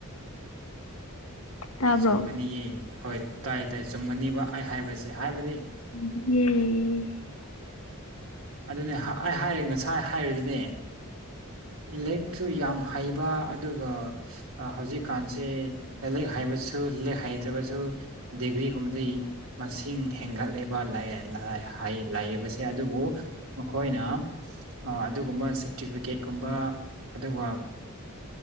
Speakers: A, on the left (about 75°); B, on the right (about 70°).
A: ꯇꯥꯕ꯭ꯔꯣ
B: ꯆꯨꯝꯒꯅꯤꯌꯦ ꯍꯣꯏ ꯇꯥꯏ ꯇꯥꯏ ꯆꯨꯝꯒꯅꯤꯕ ꯑꯩ ꯍꯥꯏꯕꯁꯦ ꯍꯥꯏꯕꯗꯤ
A: ꯑꯦ <unintelligible>
B: ꯑꯗꯨꯅꯦ ꯑꯩꯅ ꯉꯁꯥꯏ ꯍꯥꯏꯔꯤꯗꯨꯅꯦ ꯂꯥꯏꯔꯤꯛꯁꯨ ꯌꯥꯝ ꯍꯩꯕ ꯑꯗꯨꯒ ꯍꯧꯖꯤꯛꯀꯥꯟꯁꯦ ꯂꯥꯏꯂꯛ ꯍꯩꯕꯁꯨ ꯍꯩꯇ꯭ꯔꯕꯁꯨ ꯇꯤꯕꯤꯒꯨꯝꯕꯗꯤ ꯃꯁꯤꯡ ꯍꯦꯟꯒꯠꯂꯦꯕ ꯂꯥꯏ ꯍꯥꯏꯑꯦ ꯂꯥꯏꯌꯦꯡꯕꯁꯦ ꯑꯗꯨꯕꯨ ꯃꯈꯣꯏꯅ ꯑꯗꯨꯒꯨꯝꯕ ꯁꯥꯔꯇꯤꯐꯤꯀꯦꯠꯀꯨꯝꯕ ꯑꯗꯨꯒ